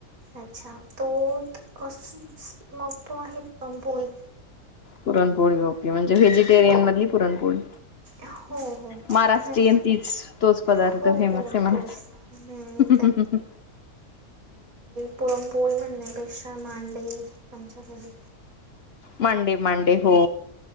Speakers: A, on the right; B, on the left.
A: अच्छा तो मंग तो आहे पुरणंपोळी
B: पुरणंपोळी ओके पी म्हंणजे व्हेजिटेरियन मधली पुरणंपोळी
A: हो हो
B: महाराष्ट्रीयंन
A: हं.
B: तीचं तोंच पदार्थ
A: हो
B: फेमसं
A: हो
B: आहे मलां
A: तोच हं,
B: हम्मं
A: पुरणंपोळी म्हणण्यांपेक्षा मांडे आमच्यांकडे
B: मांडे मांडे हो